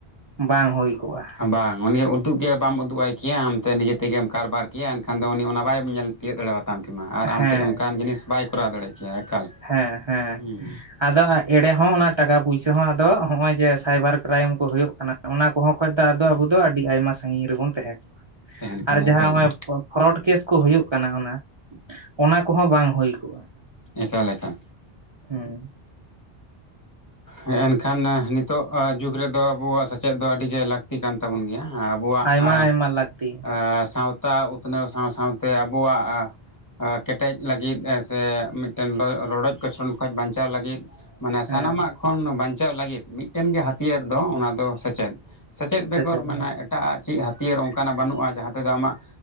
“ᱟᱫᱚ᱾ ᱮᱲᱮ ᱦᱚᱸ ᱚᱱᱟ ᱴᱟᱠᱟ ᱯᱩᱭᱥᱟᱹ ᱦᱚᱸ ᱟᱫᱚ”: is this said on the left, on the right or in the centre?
Right